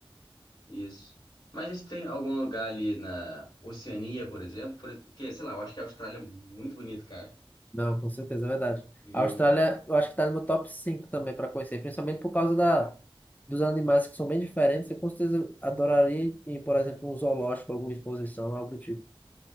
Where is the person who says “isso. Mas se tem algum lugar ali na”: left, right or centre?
Left